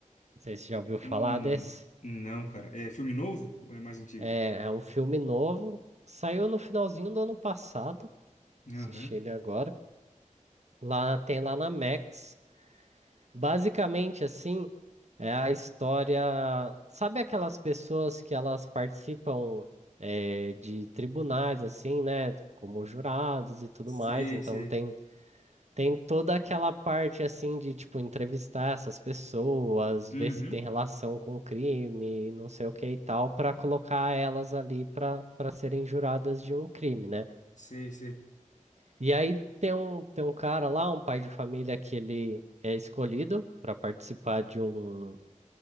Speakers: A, on the right; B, on the left.
A: Não sei se você já ouviu falar
B: Hum,
A: desse.
B: não, cara. É filme novo ou é mais antigo?
A: É, é um filme novo, saiu no finalzinho do ano passado,
B: Aham.
A: assisti ele agora. Lá tem lá na Max. Basicamente, assim, é a história. Sabe aquelas pessoas que elas participam é, de tribunais, assim, né? Como jurados e tudo
B: Sei,
A: mais. Então
B: sei.
A: tem tem toda aquela parte assim de tipo entrevistar essas pessoas,
B: Uhum.
A: ver se tem relação com o crime, não sei o que e tal, para colocar elas ali para para serem juradas de um crime, né?
B: Sei, sei.
A: E aí tem um tem um cara lá, um pai de família que ele é escolhido para participar de um